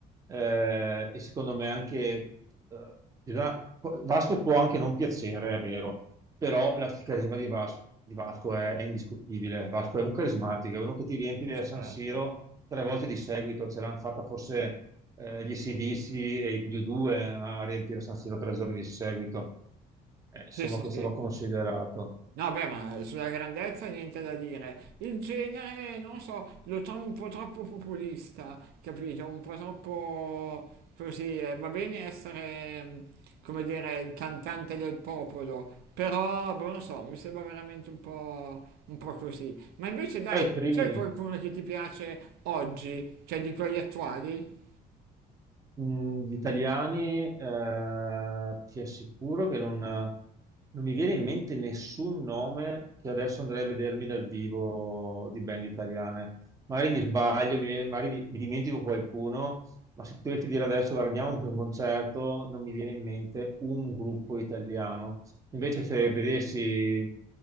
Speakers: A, on the right (about 20°); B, on the right (about 85°).
A: eh, e secondo me anche eh, in realtà, Vasco può anche non piacere, è vero, però la- il carisma di Vas- di Vasco, è, è indiscutibile. Vasco è un carismatico, è uno che ti riempie
B: certo.
A: a San Siro tre volte di seguito, ce l'hanno fatta forse eh, gli ac e gli U2 a riempire San Siro tre giorni di seguito. Eh, insomma,
B: Sì, sì,
A: questo
B: sì.
A: va considerato.
B: No, beh, ma sulla grandezza niente da dire. Il genere, non so, lo trovo un po' troppo populista, capito? Un po' troppo così. eh, Va bene essere, mm, come dire, il cantante del popolo, però, boh, non so, mi sembra veramente un po', un po' così. Ma invece, dai,
A: Però i primi
B: c'è qualcuno che ti piace oggi, cioè di quelli attuali?
A: mh, gli italiani, eh, ti assicuro che non, non mi viene in mente nessun nome che adesso andrei a vedermi dal vivo di band italiane. Magari mi sbaglio, mi viene- magari mi, mi dimentico qualcuno, ma se dovessi dire adesso guardiamo anche un concerto, non mi viene in mente un gruppo italiano. Invece se vedessi,